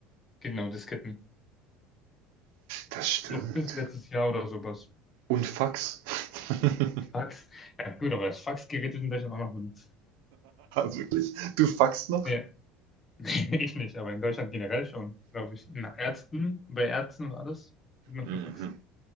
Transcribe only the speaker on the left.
genau, Disketten.
Ich glaube, bis letztes Jahr oder sowas.
Fax. Ja, gut, aber das Faxgerät wird in Deutschland auch noch benutzt.
Ja, <laughs> ich nicht, aber in Deutschland generell schon, glaube ich. In Ärzten, bei Ärzten und alles wird noch
gefaxt.